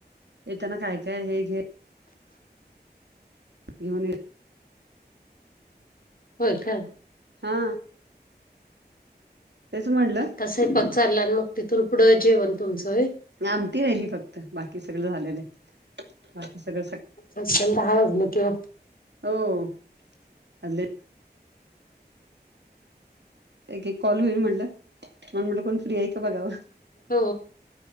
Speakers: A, on the right; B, on the left.
A: येताना काय काय हे घ येहन
B: होय का?
A: हा. तेच म्हणलं
B: आत्ता साहेपत चालला आणि मग तिथून पुढं जेवण तुमचं?
A: आमती राहिली फक्त बाकी सगळ झालेलं. ह सगळ.
B: म शषमता हवाज नकिव
A: हो. आदल्या एक एक कॉल होईल म्हटलं म्हण म्हटलं कोण फ्री आहे का बघावा.
B: हो